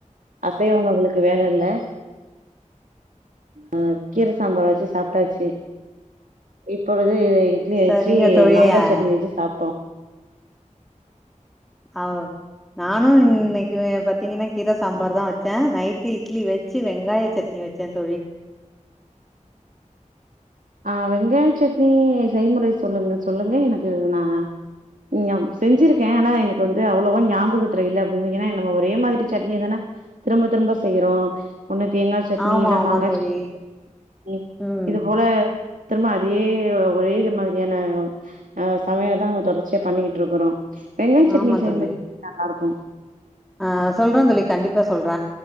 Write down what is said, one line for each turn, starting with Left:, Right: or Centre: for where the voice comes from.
Right: அசைவ உணவுகளுக்கு வேல இல்ல ஆ கீர சாம்பார் வெச்சி சாப்ட்டாச்சி இப்பொழுது இட்லி
Centre: சரிங்க
Right: வெச்சி
Centre: தோழி
Right: மங்காய்
Centre: ஆ
Right: சட்னி வெச்சி சாப்ட்டோ
Centre: ஆவ் நானு இன்னிக்கு பாத்தீங்கன்னா கீர சாம்பார் தா வெச்சே நைட்டு இட்லி வெச்சி வெங்காய சட் ட்னி வெச்சே தோழி
Right: ஆ வெங்காய சட்னி செய்முறை சொல்லுங்க சொல்லுங்க எனக்கு நா ஞம் செஞ்சிருக்க ஆனா எனக்கு வந்து அவ்வளவா ஞாபகத்துல இல்ல அப்டினு ஏனா நம்ம ஒரே மாதிரி சட்னிய தான திரும்ப திரும்ப செய்யிறோ ஓண்ணு தேங்கா சட்னி
Centre: ஆமா
Right: இல்ல
Centre: ஆமா
Right: மாங்கா
Centre: தோழி
Right: சட்னி <unintelligible>
Centre: ம்
Right: இது போல திரும்ப அதே ஒரே இது மாதிரியான அ சமையல தா நம்ம தொடர்ச்சியா பண்ணிக்கிட்டு இருக்குறோ வெங்காய சட்னி
Centre: ஆமா
Right: செய்ய
Centre: தோழி
Right: நல்லா இருக்கு
Centre: ஆ சொல்ற தோழி கண்டிப்பா சொல்ற